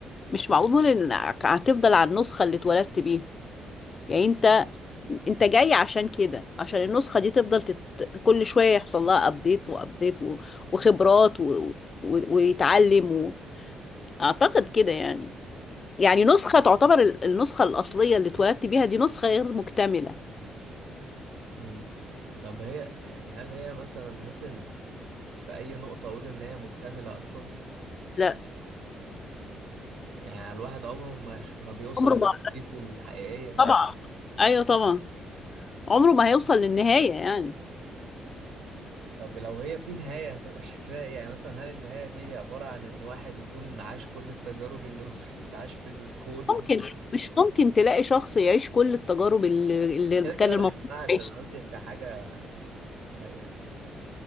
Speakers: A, on the left; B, on the right.
A: مش معمول إنك هتفضل على النسخة اللي اتولدت بيها يعني أنت أنت جاي عشان كده عشان النسخة دي تفضل تت... كل شوية يحصل لها أبديت وأبديت و... وخبرات و... و... ويتعلم و... أعتقد كده يعني يعني نسخة تعتبر ال- النسخة الأصلية اللي اتولدت بيها دي نسخة غير مكتملة
B: مم. طب هي يعني هل هي مثلا ممكن في أي نقطة أقول إن هي مكتملة أصلا
A: لا
B: يعني الواحد عمره ما ش... ما بيوصل
A: عمره
B: لشخصيته
A: ما
B: الحقيقية
A: طبعا
B: مثلا
A: أيوه طبعا عمره ما هيوصل للنهاية يعني
B: طب لو هي في نهاية هتبقى <laughs> شكلها إيه؟ يعني مثلا هل النهاية دي هي عبارة عن إن واحد يكون عاش كل التجارب اللي <laughs> ممكن تتعاش في الكون
A: ممكن
B: مثلا
A: مش ممكن تلاقي شخص يعيش كل التجارب اللي, اللي
B: كده
A: كان
B: كده
A: المفروض
B: ما ينفعش
A: يعيشها
B: أنا قصدي كحاجة ه- يعني